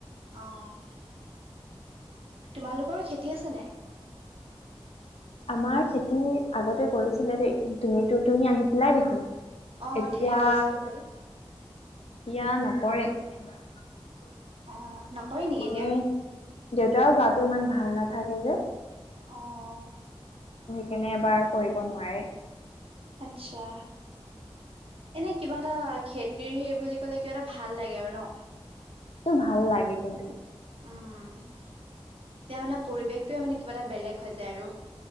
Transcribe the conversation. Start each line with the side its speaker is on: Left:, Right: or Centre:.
Right: অঁ। তোমালোকৰ খেতি আছে নে?
Left: আমাৰ খেতি আগতে কৰিছিলে দেই, তুমিটো তুমি আহিছিলাই দেখোন।
Right: অ',
Left: এতিয়া,
Right: তেতিয়া গৈছিলোঁ বাৰু।
Left: এতিয়া নকৰে এবাৰ
Right: অ', নকৰে নেকি
Left: মমি
Right: এতিয়া?
Left: দেউতাও গাটো ইমান ভাল নাথাকে যে।
Right: অহ।
Left: কেনেবাৰ কৰিব নোৱাৰে।
Right: আচ্ছা। এনে কিবা এটা খেতিৰ হেৰি বুলি কলে কিবা এটা ভাল লাগে আৰু ন।
Left: টো ভাল লাগে কিন্তু।
Right: উম, এতিয়া মানে পৰিৱেশটোৱে মানে কিবা এটা বেলেগ হৈ যায় আৰু।